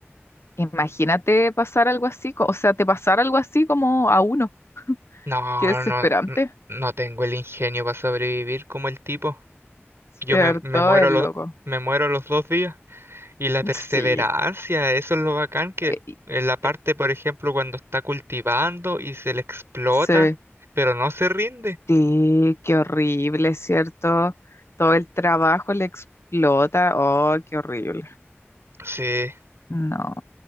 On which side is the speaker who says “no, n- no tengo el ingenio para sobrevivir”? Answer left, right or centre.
Right